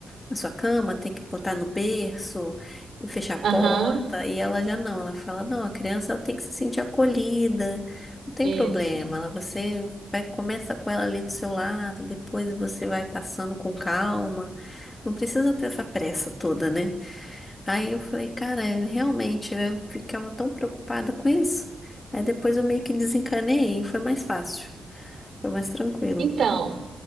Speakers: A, on the left; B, on the right.
A: na sua cama, tem que botar no berço e fechar a
B: aham,
A: porta. E ela já não, ela fala, não, a criança ela tem que se sentir acolhida, não tem
B: isso.
A: problema. Ela, você vai começa com ela ali do seu lado, depois você vai passando com calma. Não precisa ter essa pressa toda, né? Aí eu falei, cara, é, realmente eu ficava tão preocupada com isso. Aí depois eu meio que desencanei e foi mais fácil. Foi mais tranquilo.
B: Então,